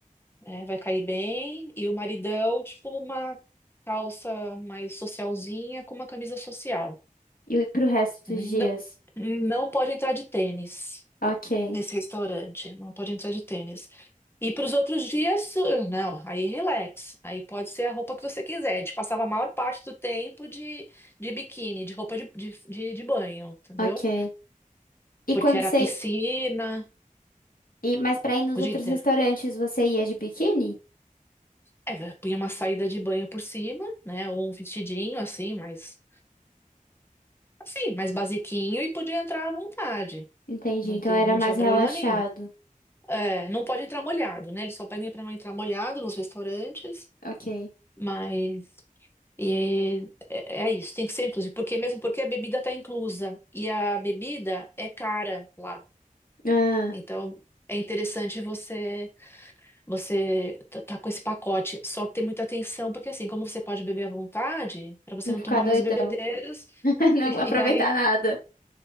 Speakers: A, on the left; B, on the left.
A: eh, vai cair bem, e o maridão, tipo, uma calça mais socialzinha com uma camisa social.
B: E pro resto
A: né?
B: dos dias.
A: Não, não pode entrar de tênis
B: Ok,
A: nesse restaurante, não pode entrar de tênis. E para os outros dias, uh, não, aí relax. Aí pode ser a roupa que você quiser. A gente passava a maior parte do tempo de, de biquíni, de roupa de, de, de, de banho, entendeu?
B: ok. E
A: Porque
B: quando
A: era
B: você.
A: piscina
B: E, mas pra ir nos
A: o
B: outros
A: dia inteiro.
B: restaurantes você ia de biquíni?
A: É, vé, punha uma saída de banho por cima, né? Ou um vestidinho assim, mas assim, mais basiquinho e podia entrar à vontade.
B: Entendi,
A: Não
B: então
A: tem,
B: era
A: não
B: mais
A: tinha
B: relaxado.
A: problema nenhum. É, não pode entrar molhado, né? Eles só pedem para não entrar molhado nos restaurantes,
B: Ok.
A: mas E é é é isso, tem que ser inclusive, porque mesmo porque a bebida está inclusa e a bebida é cara lá.
B: Ah,
A: Então é interessante você você tá, tá com esse pacote, só que ter muita atenção, porque assim, como você pode beber à vontade, para você
B: não
A: não
B: ficar
A: tomar
B: doidão.
A: umas bebedeiras
B: <laughs> Não
A: <laughs>
B: vou aproveitar
A: e aí
B: nada.